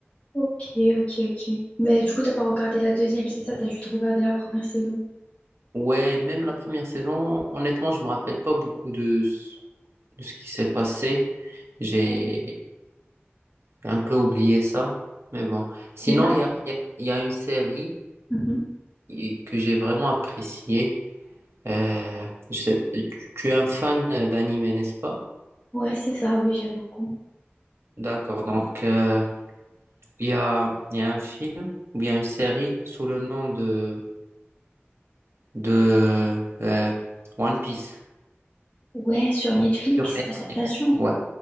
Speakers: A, on the left (about 30°); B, on the right (about 70°).
A: Ok, ok, ok. Mais du coup, t'as pas regardé la deuxième, c'est ça, t'as juste regardé la première saison.
B: Ouais, même la première saison, honnêtement, je me rappelle pas beaucoup de, ce- de ce qui s'est passé. J'ai
A: Ouais,
B: un peu oublié ça. Mais bon. Sinon,
A: Mais ça? reste-
B: il y a, il y a- il y a une série
A: Mhm.
B: qui- que j'ai vraiment appréciée. Euh, je sais- tu tu es un fan d'anime, n'est-ce pas?
A: Ouais, c'est ça, oui, j'aime beaucoup.
B: D'accord. Donc, euh, Il y a, il y a un film ou bien une série sous le nom de, de euh, One Piece
A: Ouais, sur Netflix,
B: sur Netflix.
A: l'adaptation.
B: Ouais,